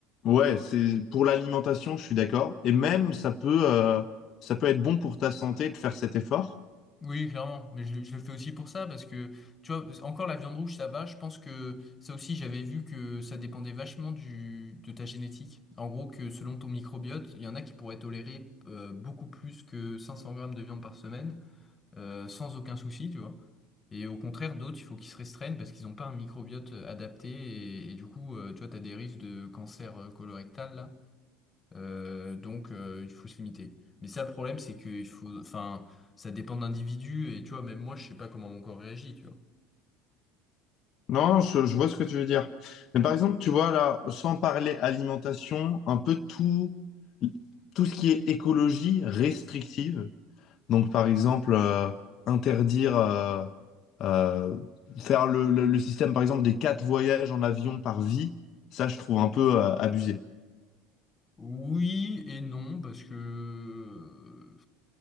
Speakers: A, on the left (about 45°); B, on the left (about 25°).
A: Ouais, c'est pour l'alimentation, je suis d'accord. Et même, ça peut, euh, ça peut être bon pour ta santé de faire cet effort.
B: Oui, clairement, mais je, le je le fais aussi pour ça parce que tu vois, encore la viande rouge, ça va. Je pense que ça aussi, j'avais vu que ça dépendait vachement du, de ta génétique. En gros, que selon ton microbiote, il y en a qui pourraient tolérer euh, beaucoup plus que 500 grammes de viande par semaine euh, sans aucun souci, tu vois. Et au contraire, d'autres, il faut qu'ils se restreignent parce qu'ils n'ont pas un microbiote adapté et, et du coup, euh, tu vois, tu as des risques de cancer euh, colorectal là. Euh, donc euh, il faut se limiter. Mais ça, le problème, c'est que il faut, enfin, ça dépend d'individus et tu vois, même moi, je sais pas comment mon corps réagit, tu vois.
A: Non, je, je vois ce que tu veux dire. Mais par exemple, tu vois là, sans parler alimentation, un peu tout, tout ce qui est écologie restrictive. Donc par exemple, euh, interdire, euh, euh, faire le, le- le système par exemple des quatre voyages en avion par vie, ça je trouve un peu euh, abusé.
B: Oui et non, parce que euh,